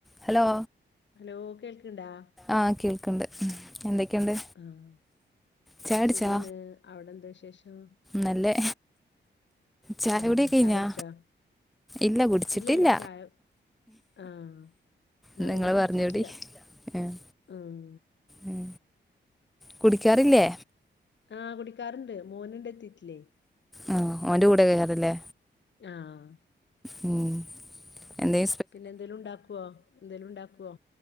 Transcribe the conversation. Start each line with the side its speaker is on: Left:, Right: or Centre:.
Centre: Hello
Left: hello കേൾക്ണ്ടാ
Centre: ആഹ് കേൾക്ണ്ട് എന്തൊക്കെയുണ്ട്
Left: ആഹ്
Centre: ചായ കുടിച്ചോ
Left: സുഖാണ് അവിടെന്താ വിശേഷം
Centre: നല്ലേ ചായകുടി
Left: ആഹ്
Centre: കയ്ഞ്ഞാ
Left: ചായ കുടിച്ചാ
Centre: ഇല്ല കുടിച്ചിട്ടില്ല
Left: ഇല്ലല്ല ചായ ആഹ് ഞങ്ങളും
Centre: ന്നാ ങ്ങള്
Left: കുടിച്ചിട്ടില്ല
Centre: പറഞ്ഞുടി ആഹ്
Left: ഉം
Centre: ഉം കുടിക്കാറില്ലേ
Left: ആഹ് കുടിക്കാർണ്ട് മോനുണ്ട് എത്തീട്ടില്ലേ
Centre: ആഹ് ഓന്റെ കൂടെയാ <unintelligible> ല്ലേ
Left: ആഹ്
Centre: ഉം എന്തേ
Left: പിന്നെന്തേലും ഉണ്ടാക്ക്വോ ന്തേലും ഉണ്ടാക്ക്വോ